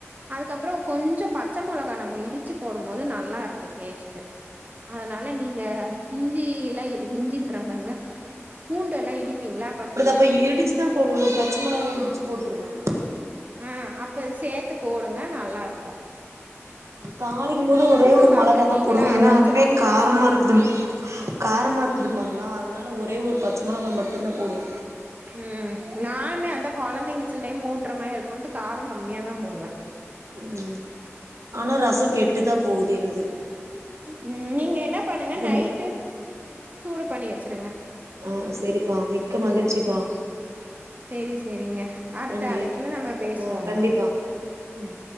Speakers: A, on the right; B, on the right.
A: அதுக்கப்றோ கொஞ்சோ பச்ச மொளகா நம்ம இடுச்சு போடும்போது நல்லா இருக்கு டேஸ்ட்டு அதனால நீங்க இஞ்சி இல்ல இ இஞ்சின்ற பாருங்க பூண்டு எல்லா இடிப்பீங்க்ள அப்ப
B: அப்ப இடுச்சி தா போடுவ ஒரு பச்ச மொளகா இடுச்சு போட்டுருவே
A: அ அப்ப இது சேத்து போடுங்க நல்லா இருக்கு
B: தாளிக்கும்போது ஒரே ஒரு
A: சாப்ட்ருக்கீங்களா
B: மொளகா தா போடுவே எனா
A: பச்ச
B: அதுவே
A: புளி
B: காரமா
A: ரசோ
B: இரு க்குதுன் காரமா இருக்குதுன்பாங்களா அதனால ஒரே ஒரு பச்ச மொளகா மட்டுந் தா போடுவ
A: ம் நானுமே அதா கொழந்தைங்க சில டைம் ஊட்ற மாரி இருக்குன்ட்டு காரோ கம்மியாதா போடுவ
B: ம் ஆனா ரசொ கெட்டுதா போகுது என்னுது
A: ம் நீங்க என்ன பண்ணுங்க நைட்டு
B: மி
A: சூடு பண்ணி வெச்சிருங்க
B: அ செரி பா மிக்க மகிழ்ச்சி பா
A: செரி செரிங்க அடுத்த
B: நன்றி
A: அழைப்புல நம்ப பேசுவோங்க
B: ஆ கண்டிப்பா
A: ம்